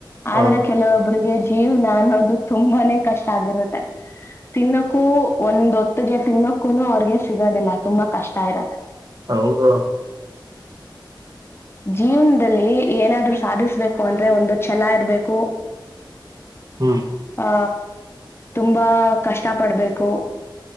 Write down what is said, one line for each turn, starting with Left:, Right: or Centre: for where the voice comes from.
Left: ಆದ್ರೆ
Right: ಹೌದು
Left: ಕೆಲವೊಬ್ರರಿಗೆ ಜೀವ್ನ ಅನ್ನೋದು ತುಂಬಾನೇ ಕಷ್ಟ ಆಗಿರುತ್ತೆ. ತಿನ್ನಕ್ಕೂ ಒಂದ ಹೋತ್ತಿಗೆ ತಿನ್ನಕ್ಕು ಅವ್ರಗೆ ಸಿಗೋದಿಲ್ಲ ತುಂಬಾ ಕಷ್ಟ ಇರತ್ತೆ.
Right: ಹೌದು
Left: ಜೀವನದಲ್ಲಿ ಏನಾದ್ರು ಸಾಧಿಸ್ಬೇಕು ಅಂದ್ರೆ ಒಂದು ಛಲ ಇರ್ಬೇಕು
Right: ಹ್ಮ್
Left: ಆ ತುಂಬಾ ಕಷ್ಟ ಪಡ್ಬೇಕು